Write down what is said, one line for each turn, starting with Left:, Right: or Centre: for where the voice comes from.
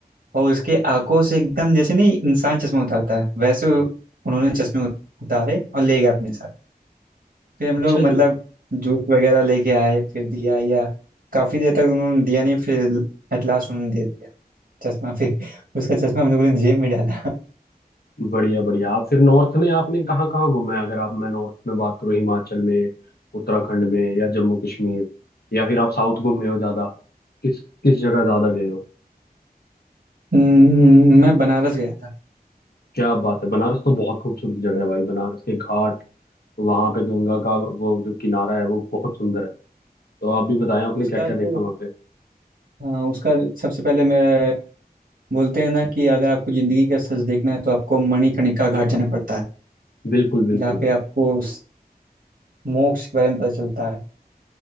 Right: और उसके आंखों से एकदम जैसे नहीं इंसान चश्मा उतारता है वैसे उ- उन्होंने चश्मे उत- उतारे और ले गए अपने साथ फिर हम
Left: अच्छा
Right: लोग मतलब
Left: जी
Right: जूस वगैरह लेके आए फिर दिया या काफ़ी देर तक उन्होंने दिया नहीं फिर एट लास्ट उन्होंने दे दिया चश्मा फिर उसका चश्मा हम लोगों ने जेब में डाला
Left: बढ़िया बढ़िया आप फिर नॉर्थ में आपने कहाँ कहाँ घूमा है अगर आप मैं नॉर्थ में बात करूँ हिमाचल में उत्तराखंड में या जम्मू कश्मीर या फिर आप साउथ घूमे हो ज्यादा किस किस जगह ज्यादा गए हो
Right: हम्म, मैं बनारस गया था
Left: क्या बात है बनारस तो बहुत खूबसूरत जगह है भाई बनारस के घाट वहां पे गंगा का वो जो किनारा है वो बहुत सुंदर है तो आप भी बताएं आपने
Right: उसका
Left: क्या क्या देखा
Right: जो
Left: वहां पे
Right: हाँ उसका जो- सबसे पहले मैं बोलते हैं ना कि अगर आपको जिंदगी का सच देखना है तो आपको मणिकर्णिका घाट जाना पड़ता है
Left: बिल्कुल बिल्कुल
Right: जहाँ
Left: बिल्कुल
Right: पे आपको स- मोक्ष के बारे में पता चलता है